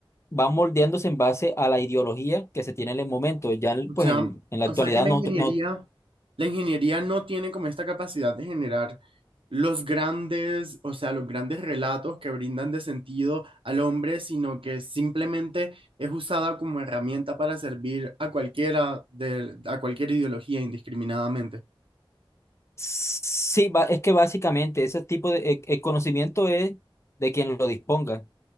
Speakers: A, on the left (about 30°); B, on the right (about 70°).
A: van moldeándose en base a la ideología que se tiene en el momento. Ya en-
B: O
A: pues
B: sea,
A: en, en la actualidad
B: o sea que la
A: no,
B: ingeniería,
A: no
B: la ingeniería no tiene como esta capacidad de generar los grandes, o sea, los grandes relatos que brindan de sentido al hombre, sino que simplemente es usada como herramienta para servir a cualquiera de, a cualquier ideología indiscriminadamente.
A: sí, ba- es que básicamente ese tipo de el- el conocimiento es de quien lo disponga.